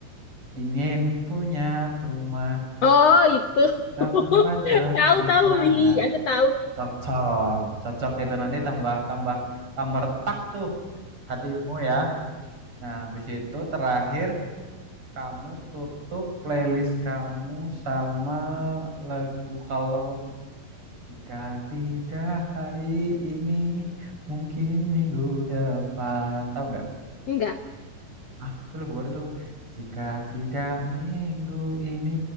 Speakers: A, on the right (about 35°); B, on the left (about 60°).
A: ingin punya rumah
B: Oh, itu.
A: di tempat
B: <laughs>
A: bermesra.
B: Tahu tahu. Iya,
A: Nah,
B: aku tahu.
A: cocok, cocok itu nanti tambah tambah tambah retak tuh hatimu ya. Nah, habis itu terakhir kamu tutup playlist kamu sama lagu kalau jika tidak hari ini mungkin minggu depan. Tahu nggak?
B: <laughs> Enggak.
A: Ah, itu lagu baru tuh. Jika tidak minggu ini